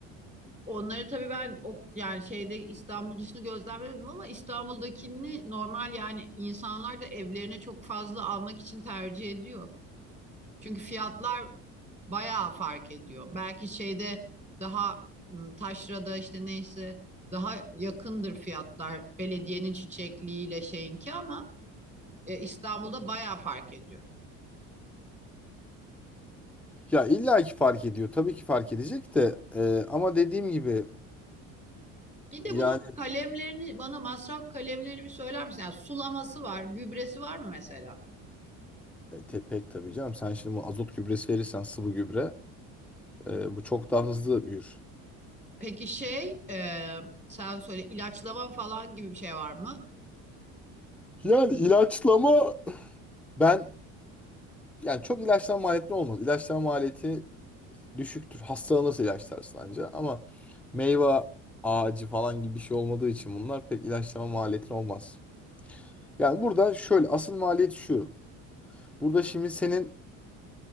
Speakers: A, on the right; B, in the centre.
A: Onları tabii ben o yani şeyde İstanbul dışını gözlemlemedim ama İstanbul'dakini normal yani insanlar da evlerine çok fazla almak için tercih ediyor. Çünkü fiyatlar bayağı fark ediyor. Belki şeyde daha ım, taşrada işte neyse daha yakındır fiyatlar belediyenin çiçekliğiyle şeyinki ama e, İstanbul'da bayağı fark ediyor.
B: Ya illa ki fark ediyor. Tabii ki fark edecek de e, ama dediğim gibi
A: Bir de
B: yani
A: bunun kalemlerini bana masraf kalemlerini bir söyler misin? Yani sulaması var, gübresi var mı mesela?
B: e, te- pek tabii canım. Sen şimdi bu azot gübresi verirsen sıvı gübre e, bu çok daha hızlı büyür.
A: Peki şey e, sen söyle ilaçlama falan gibi bir şey var mı?
B: Yani ilaçlama ben yani çok ilaçlama maliyetli olmaz. İlaçlama maliyeti düşüktür. Hastalanırsa ilaçlarsın anca. Ama meyve ağacı falan gibi bir şey olmadığı için bunlar pek ilaçlama maliyetin olmaz. Yani burada şöyle asıl maliyet şu. Burada şimdi senin